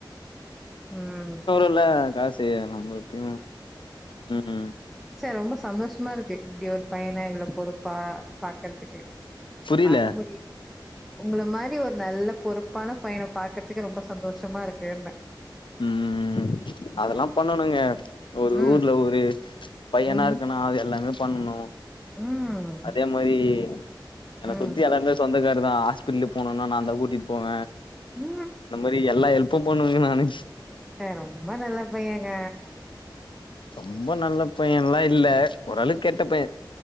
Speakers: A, in the centre; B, on the left.
A: ம்
B: குல்ல காசு நமக்கூ ம் ம்
A: ச்ச ரொம்ப சந்தோஷ்மா இருக்கு இப்டி ஒரு பையன இவுளோ பொறுப்பா பாக்கறதுக்கு
B: புரில
A: பாக்கமுடி உங்கள மாரி ஒரு நல்ல பொறுப்பான பையன பாக்கற்துக்கு ரொம்ப சந்தோஷமா இருக்குன்ப
B: ம் அதல்லா பண்ணணுங்க ஒரு
A: ம்
B: ஊர்ல ஒரு பையனா
A: ம்
B: இருக்கணா அது எல்லாமே பண்ணணு
A: ம்
B: அதே மாரி என்ன
A: ம்
B: சுத்தி ஆளுங்க சொந்தக்கார்தா ஹாஸ்பிட்லு போனுனா நான்தா கூட்டிட்டு போவ
A: ம்
B: இப்டி எல்லா ஹெல்ப்பு பண்ணுவங்க நானு
A: ச ரொம்ப நல்ல பையங்க
B: ரொம்ப நல்ல பையன்ல்லா இல்ல ஓரளவுக்கு கெட்ட பைய